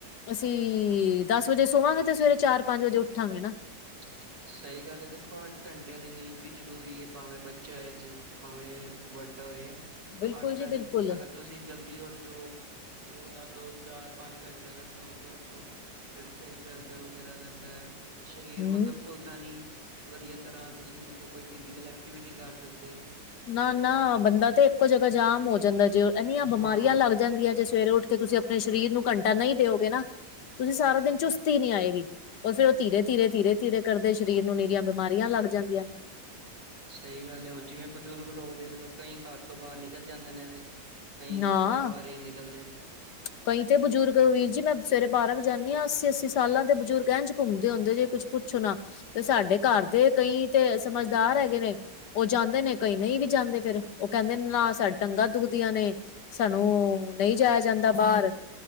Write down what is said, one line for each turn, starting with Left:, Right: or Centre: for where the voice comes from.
Left: ਅਸੀਂ ਦਸ ਵਜੇ ਸੋਵਾਂਗੇ ਤੇ ਸਵੇਰੇ ਚਾਰ ਪੰਜ ਵਜੇ ਉੱਠਾਂਗੇ ਨਾ।
Right: ਹ <unintelligible> ਸਹੀ ਗੱਲ ਹੈ ਦੇਖੋ ਅੱਠ ਘੰਟਿਆਂ ਦੀ ਨੀਂਦ ਵੀ ਜ਼ਰੂਰੀ ਹੈ ਭਾਵੇਂ ਬੱਚਾ ਏ ਚ ਭਾਵੇਂ ਵੱਡਾ ਹੋਏ
Left: ਬਿਲਕੁਲ
Right: ਅੱਠ
Left: ਜੀ
Right: ਘੰ
Left: ਬਿਲਕੁਲ
Right: ਅਗਰ ਤੁਸੀਂ ਜਲਦੀ ਉੱਠ ਜੋ ਤੇ ਉਹ ਤਾਂ ਦੋ, ਚਾਰ, ਪੰਜ ਘੰਟੇ ਅਗਰ ਸੋ ਕੇ ਉੱਠੋ ਫਿਰ ਸਿਰ ਦਰਦ ਵਗੈਰਾ ਰਹਿੰਦਾ ਸਰੀਰ
Left: ਹਮ
Right: ਮਤਲਬ ਖੁਲਦਾ ਨੀ ਵਧੀਆ ਤਰ੍ਹਾਂ ਤੁਸੀਂ ਮਤਲਬ ਕੋਈ ਫਿਜੀਕਲ ਐਕਟੀਵਿਟੀ ਨ ਕਰ ਸਕਦੇ।
Left: ਨਾ-ਨਾ ਬੰਦਾ ਤੇ ਇੱਕੋ ਜਗ੍ਹਾ ਜਾਮ ਹੋ ਜਾਂਦਾ ਜੇ ਐਨੀਆਂ ਬਿਮਾਰੀਆਂ
Right: ਹਾਂ
Left: ਲੱਗ ਜਾਂਦੀਆਂ ਜੇ ਸਵੇਰੇ ਉੱਠ ਤੁਸੀਂ ਆਪਣੇ ਸਰੀਰ ਨੂੰ ਘੰਟਾ ਨਈ ਦਿਓਗੇ ਨਾ ਤੁਸੀਂ ਸਾਰਾ ਦਿਨ ਚੁਸਤੀ ਨੀ ਆਏਗੀ ਉਹ ਫੇਰ ਉਹ ਧੀਰੇ-ਧੀਰੇ, ਧੀਰੇ-ਧੀਰੇ ਕਰਦੇ ਸਰੀਰ ਨੂੰ ਨੀਰੀਆ ਬਿਮਾਰੀਆਂ ਲੱਗ ਜਾਂਦੀਆਂ ਨੇ।
Right: ਸਹੀ ਗੱਲ ਹੈ ਹੁਣ ਜਿਵੇਂ ਬਜ਼ੁਰਗ ਲੋਕ ਦੇਖ ਲਓ ਕਈ ਘਰ ਤੋਂ ਬਾਰ ਨਿਕਲ ਜਾਂਦੇ ਨੇ ਤੇ ਕਈ
Left: ਨਾ
Right: ਘਰ ਤੋਂ ਬਾਹਰ ਹੀ ਨਿਕਲਦੇ।
Left: ਕਈ ਤੇ ਬਜ਼ੁਰਗ ਵੀਰ ਜੀ ਮੈਂ ਸਵੇਰੇ ਪਾਰਕ ਜਾਨੀ ਆ ਅੱਸੀ- ਅੱਸੀ ਸਾਲਾਂ ਦੇ ਬਜ਼ੁਰਗ ਇਹਿੰਝ ਘੁੰਮਦੇ ਹੁੰਦੇ ਜੇ ਕੁਛ ਪੁੱਛੋ ਨਾ ਤੇ ਸਾਡੇ ਘਰ ਦੇ ਕਈ ਤੇ ਸਮਝਦਾਰ ਹੈਗੇ ਨੇ ਉਹ ਜਾਂਦੇ ਨੇ ਕਈ ਨਹੀਂ ਵੀ ਜਾਂਦੇ ਫਿਰ ਉਹ ਕਹਿੰਦੇ ਨੇ ਨਾ ਸਾਡ ਟੰਗਾਂ ਦੁਖਦੀਆਂ ਨੇ। ਸਾਨੂੰ ਨਹੀਂ ਜਾਇਆ ਜਾਂਦਾ ਬਾਹਰ,